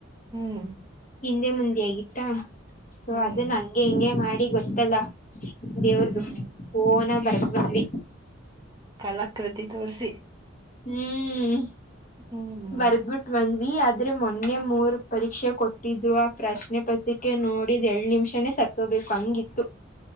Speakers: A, on the right; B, on the left.
A: ಹ್ಮ್
B: ಹಿಂದೆ ಮುಂದೆ ಆಗಿತ್ತ ಸೊ
A: ಹ್ಮ್
B: ಅದನ್ನ ಹಂಗೆ ಹಿಂಗೆ ಮಾಡಿ ಗೊತ್ತಲ್ಲ ದೇವ್ರ್ದ
A: ಹ್ಮ್
B: ಓನ ಆಗಿ ಬರ್ದ ಬಂದವಿ
A: ಕಲಾಕೃತಿ ತೋರಿಸಿ
B: ಹ್ಮ್
A: ಹ್ಮ್
B: ಬರ್ದ್ಬಿಟ್ಟು ಬಂದ್ವಿ ಆದ್ರೆ ಮೊನ್ನೆ ಮೂರು ಪರೀಕ್ಷೆ ಕೊಟ್ಟಿದ್ರು ಆ ಪ್ರಶ್ನೆ ಪತ್ರಿಕೆ ನೋಡಿದ ಎರಡ್ ನಿಮಿಷನೇ ಸತ್ತ <unintelligible> ಬೇಕು ಹಂಗಿತ್ತು